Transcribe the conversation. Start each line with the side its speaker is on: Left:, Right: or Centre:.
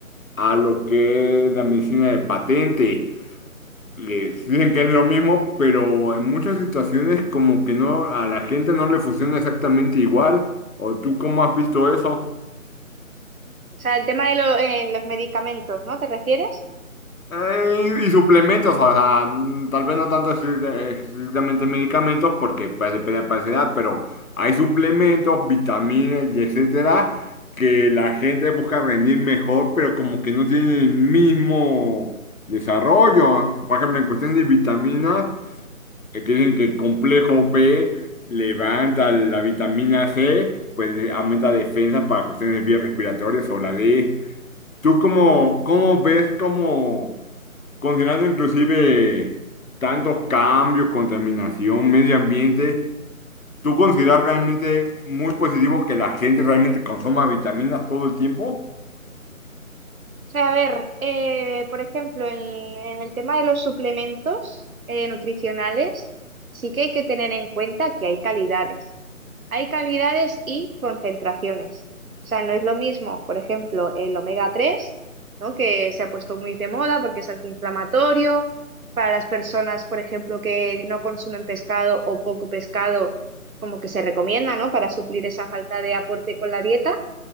Left: a lo que es la medicina de patente. les dicen que es lo mismo, pero en muchas situaciones como que no, a la gente no le funciona exactamente igual. ¿O tú cómo has visto eso?
Right: O sea, el tema de lo- eh, los medicamentos, ¿no? ¿Te refieres?
Left: Eh, y, y suplementos, o sea, mm, tal vez no tanto estricta- estrictamente medicamentos, porque pues, depende de la paciente, pero hay suplementos, vitaminas y etcétera, que la gente busca rendir mejor, pero como que no tiene el mismo desarrollo. Por ejemplo, en cuestión de vitaminas. que dicen que el complejo B levanta la vitamina C, pues eh, aumenta defensa para cuestiones de vías respiratorias o la D. ¿Tú cómo, cómo ves, cómo, considerando inclusive tantos cambios, contaminación, medio ambiente, ¿tú consideras realmente muy positivo que la gente realmente consuma vitaminas todo el tiempo?
Right: O sea, a ver, eh, por ejemplo, en, en el tema de los suplementos eh, nutricionales, sí que hay que tener en cuenta que hay calidades. Hay calidades y concentraciones. O sea, no es lo mismo, por ejemplo, el omega tres ¿no? que se ha puesto muy de moda porque es antiinflamatorio. Para las personas, por ejemplo, que no consumen pescado o poco pescado, como que se recomienda, ¿no? Para suplir esa falta de aporte con la dieta